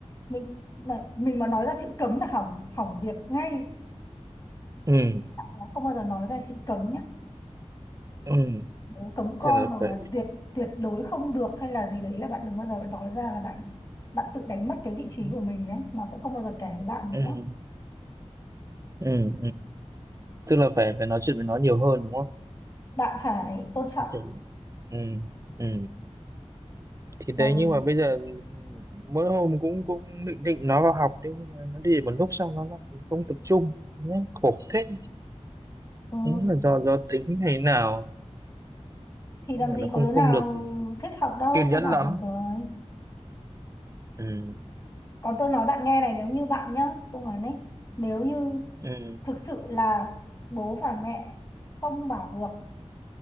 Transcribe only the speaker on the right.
Ừ.
Ừ.
thế là
phải
ừ.
Ừ.
Ừ. tức là phải phải nói chuyện với nó nhiều hơn đúng không
Nói chuyện- ừ. Ừ. thì đấy
nhưng mà bây giờ mỗi hôm cũng cũng định định nó vào học đấy nhưng mà nó đi một lúc xong nó lại không tập trung Đấy, khổ thế
đúng là do do tính hay nào
nó không
không
được
kiên
nhẫn
lắm
ừ.
Ừ.